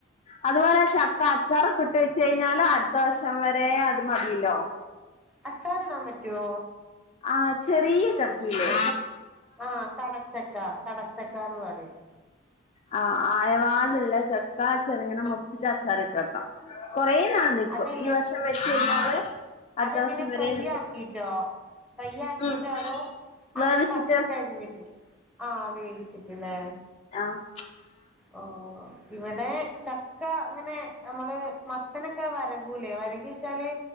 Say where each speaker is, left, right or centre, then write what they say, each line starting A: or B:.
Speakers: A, on the left; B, in the centre.
A: അതെപോലെ ചക്ക അച്ചാറക്കെട്ടു വെച്ച്ഴിഞ്ഞാല് അടുത്ത വർഷം വരെ അത് മതില്ലോ
B: അച്ചാർടാൻ പറ്റോ
A: ആഹ് ചെറിയ ചക്കില്ലേ
B: ആഹ് കടച്ചക്ക കടച്ചക്കാന്ന് പറയും
A: ആ ആയവാന്നുള്ള ചെക്ക ചെറ്ങ്ങനെ മുറിച്ചിട്ട് അച്ചാർട്ട് വെക്കാം കുറെ നാൾ നിക്കും
B: അതെങ്ങെ
A: ഈ വർഷം വെച്ച് കയിഞ്ഞാല്
B: ആഹ്
A: അടുത്ത
B: അതെങ്ങനെ
A: വർഷം
B: ഫ്രൈ
A: വരെ നിക്കും
B: ആക്കിട്ടോ ഫ്രൈ ആകീട്ടോ
A: ഉം
B: അതോ
A: വേവിച്ചിട്ട്
B: അങ്ങനെ പച്ചക്കരിഞ്ഞിട്ടോ ആഹ് വേവിച്ചിട്ടല്ലേ
A: ആഹ്
B: ആഹ് ഇവിടെ ചക്ക ഇങ്ങനെ നമ്മള് മത്തന വരകൂലേ വരക വച്ചാല്